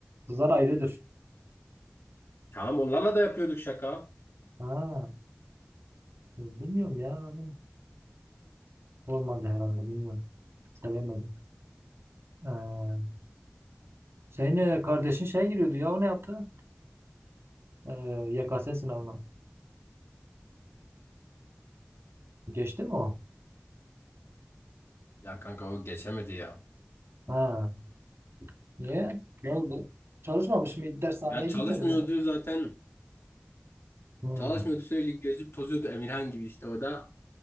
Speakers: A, on the right; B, on the left.
A: Kızlar ayrıdır.
B: Tamam onlarla da yapıyorduk şaka.
A: Ha, bilmiyorum ya. Olmadı herhalde bilmiyorum. Sevemedim. Ee, Senin e, kardeşin şeye giriyordu ya o ne yaptı? Ee, YKS sınavına. Geçti mi o?
B: Ya kanka o geçemedi ya.
A: Ha. Niye? Ne oldu? Çalışmamış mı? Dershaneye
B: Ya
A: gitmedi
B: çalışmıyordu
A: mi?
B: zaten.
A: Hmm.
B: Çalışmıyordu sürekli gezip tozuyordu Emirhan gibi işte o da